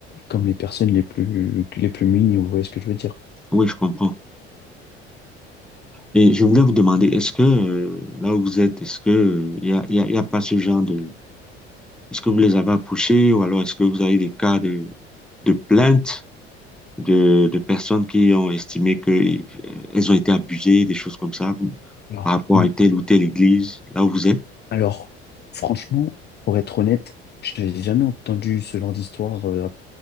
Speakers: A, on the left; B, in the centre.
A: comme
B: mhm.
A: les personnes les plus les plus munies. Vous voyez ce que je veux dire?
B: Oui, je comprends. Et je voulais vous demander, est-ce que euh, là où vous êtes, est-ce que il y a, y a- y a pas ce genre de... Est-ce que vous les avez approchés ou alors est-ce que vous avez des cas de, de plaintes de, de personnes qui ont estimé que euh, elles ont été abusées, des choses comme ça, vous-
A: Alors,
B: par rapport
A: Mm.
B: à telle ou telle église, là où vous êtes?
A: Alors, franchement, pour être honnête, je n'ai jamais entendu ce genre d'histoire